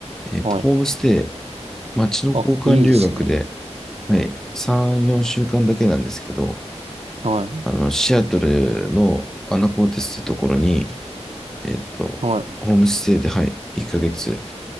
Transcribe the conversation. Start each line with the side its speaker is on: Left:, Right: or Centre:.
Centre: えっと、
Right: はい。
Centre: ホームステイ、町の交換留学で、
Right: あ、いいですね。
Centre: はい、3、4週間だけなんですけど、
Right: は
Centre: あの、シアトルのアナコーテスってところに、えっと、
Right: い、はい。
Centre: ホームステイで、はい、1ヶ月、